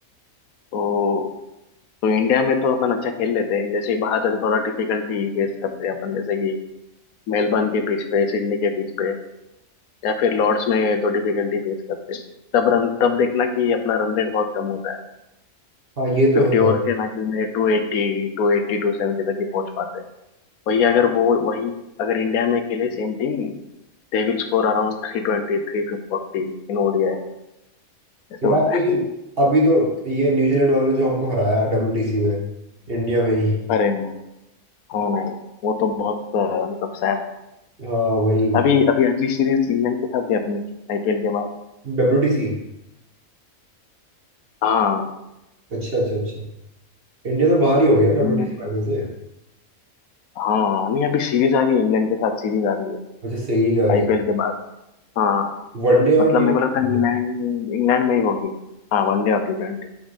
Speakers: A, on the left; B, on the right.
A: तो तो इंडिया में तो अपन अच्छा खेल लेते हैं जैसे बाहर जाते थोड़ा डिफिकल्टी फेस करते हैं अपन जैसे कि मेलबर्न के पिच पे सिडनी के पिच पे या फिर लॉर्ड्स में तो डिफिकल्टी फेस करते हैं तब रन तब देखना कि अपना रन रेट बहुत कम होता है
B: हाँ, ये तो
A: फिफ्टी
B: है
A: ओवर के मैचेस में टू एट्टी टू एट्टी टू सेवेंटी तक ही पहुंच पाते हैं वही अगर वो वही अगर इंडिया में खेले same team they will score around 320 340 in ODI ऐसे
B: यार
A: होता
B: लेकिन
A: है
B: अभी तो ये न्यूजीलैंड वालों ने जो हमको हराया डब्ल्यूटीसी में इंडिया में ही
A: अरे no, हाँ नहीं वो तो बहुत अ, मतलब sad
B: हाँ वही
A: अभी अभी अगली सीरीज इंग्लैंड के साथ है अपनी आईपीएल के बाद
B: डब्ल्यूटीसी
A: हाँ
B: अच्छा अच्छा अच्छा इंडिया तो बाहर ही हो गया डब्ल्यूटीसी
A: हम्म,
B: फाइनल से
A: हाँ नहीं अभी सीरीज आ रही है इंग्लैंड के साथ सीरीज आ रही है
B: अच्छा सही जा रही
A: आईपीएल
B: है
A: के बाद हाँ
B: वनडे
A: मतलब
B: और T
A: मेरे
B: twenty.
A: को लगता है इंग्लैंड इंग्लैंड में ही होगी हाँ वनडे और टी ट्वेंटी